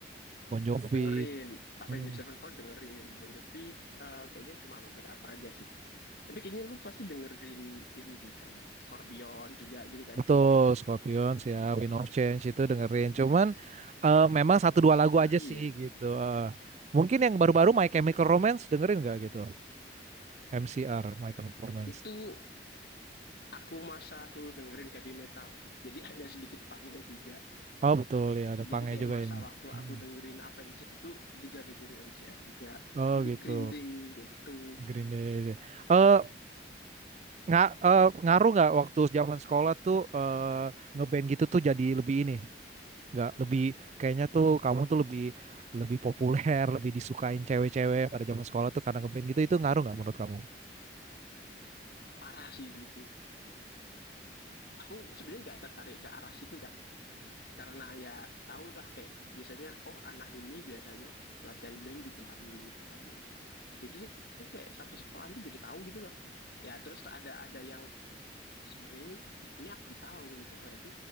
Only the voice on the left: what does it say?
Dengerin Avenged
Sevenfold dengerin Bon Jovi eh, kayaknya cuma beberapa aja sih. Tapi kayaknya lu pasti dengerin ini sih eh, Scorpion juga gitu kan.
Terus
apa
lagi
ya?
Itu aku masa aku dengerin heavy metal sih. Jadi ada sedikit punknya juga.
Jadi
kayak
masa
waktu aku
dengerin Avenged itu juga dengerin MCR juga
di
Green Day kayak gitu.
parah sih itu aku sebenarnya nggak tertarik ke arah situ kan karena ya tahulah kayak biasanya oh anak ini biasanya latihan band di tempat ini tempat ini jadi tuh, tuh kayak satu sekolahan tuh jadi tahu gitu loh ya terus ada ada yang sebenarnya ini ini aku tahu ini cewek itu